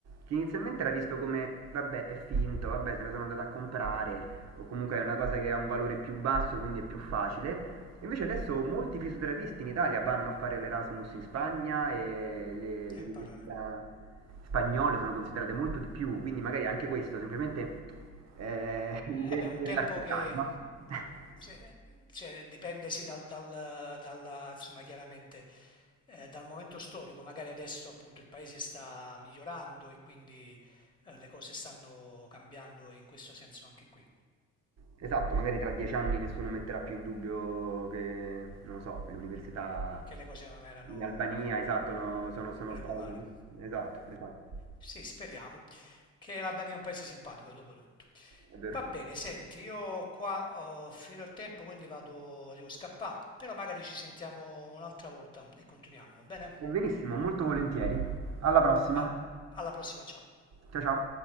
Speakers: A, on the right; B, on the left.
A: che inizialmente era visto come, vabbè, è finto, vabbè, se ne sono andato a comprare, o comunque è una cosa che ha un valore più basso, quindi è più facile. Invece adesso molti fisioterapisti in Italia vanno a fare l'Erasmus in Spagna e le, le
B: imparare.
A: università spagnole sono considerate molto di più, quindi magari anche questo, semplicemente eh, <laughs> l'idea
B: Eh beh,
A: di
B: un
A: doverla
B: tempo
A: accettare,
B: che
A: no? <laughs>
B: Se- cioè, dipende sì, dal, dal- dalla, insomma, chiaramente eh, dal momento storico, magari adesso appunto il paese sta migliorando e quindi eh, le cose stanno cambiando in questo senso anche qui,
A: Esatto, magari tra dieci anni nessuno metterà più in dubbio che, non lo so, le università
B: che le cose non erano
A: in Albania, esatto, no, sono, sono
B: regolari.
A: state... Esatto, esatto,
B: Sì, speriamo che l'Albania è un paese simpatico dopo tutto.
A: è vero.
B: Va bene, senti, io qua ho finito il tempo, quindi vado, devo scappare, però magari ci sentiamo un'altra volta e continuiamo, va bene?
A: Benissimo, molto volentieri. Alla prossima.
B: A- alla prossima, ciao.
A: Ciao ciao.